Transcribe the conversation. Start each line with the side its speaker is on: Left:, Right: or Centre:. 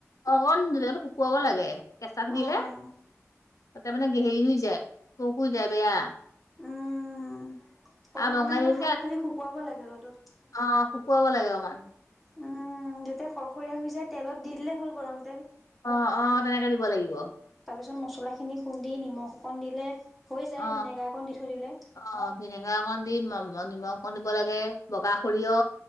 Left: অকণ জলকীয়াটো শুকুৱাব লাগে। কেঁচা থাকিলে,
Centre: অ'।
Left: তাতে মানে, হেৰি হৈ যায়। <unintelligible>
Centre: উম, প্ৰথমতে
Left: আৰু বঙালীকে
Centre: মানে, ফালি-ফালি শুকুৱাব লাগে, ৰ'দত।
Left: অ'! শুকুৱাব লাগে, অকমান।
Centre: উম! যেতিয়া, খৰখৰিয়া হৈ যায়, তেলত দি দিলে হ'ল, গৰম তেল।
Left: অ অ তেনেকে দিব লাগিব।
Centre: তাৰপিছত মছলাখিনি খুন্দি নিমখ অকণ দিলে হৈ যায়
Left: অ
Centre: ভিনেগাৰ অকণ দি থৈ দিলে।
Left: অ ভেনেগাৰ অকণ দিম নিমখ অকণ দিব লাগে বগা সৰিয়হ,